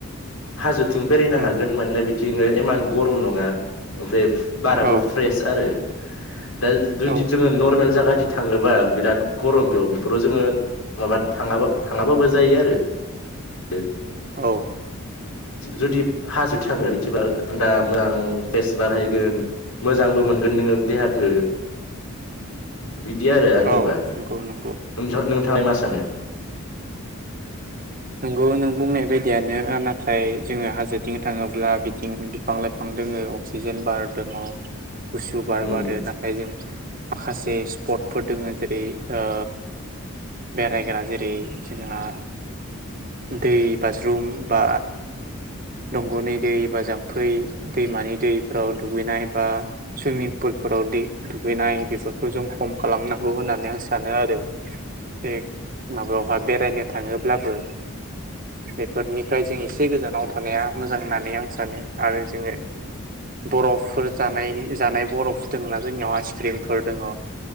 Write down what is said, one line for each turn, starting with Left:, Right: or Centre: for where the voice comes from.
Left: हाजोथिं बेरायनो
Right: उम
Left: हागोन मानोना बिथिं इमान गरम नङा ओमफ्राय बाराबो
Right: औ
Left: फ्रेस आरो। दा जुदि
Right: औ
Left: जोङो नर्मेल जाखाथि थाङोबा बिराद गरम बेयाव बेफोराव जोङो माबा थाङाब थाङाबाबो जायो आरो। ए
Right: औ
Left: जुदि हाजो थाङो बिथिबा थान्दा मोजां फेरेस बार बारायगोन। मोजांबो मोनगोन नोङो देहाखौ। बिदि आरो आंनिबा
Right: औ नंगौ नंगौ
Left: थां नोंथाङ मा सानो?
Right: नोंगौ नों बुंनाय बायदियानो ओ नाथाय जोङो हाजोथिं थाङोब्ला बिथिं बिफां लाइफां दोङो अक्सिजेन बार दङ। गुसु बार
Left: उम
Right: बारो नाथाय जों माखासे स्पटफोर दोङ जेरै ओ बेरायग्रा जेरै जोंहा दै बाजरुम बा दंग'नि दै बा जाम्फै दैमानि दैफोराव दुगैनाय बा सुइमिं पुलफोराव दुगैनाय बेफोरखौ जों खम खालामनांगौ होननानै आं सानो आरो। ए माबायावहा बेरायनो थाङोब्लाबो बेफोरनिफ्राय जों एसे गोजानाव थानाया मोजां होननानै आं सानो आरो जोङो बरफफोर जानाय जानाय बरफफोर दङा जोंनियाव आइसक्रिमफोर दङ।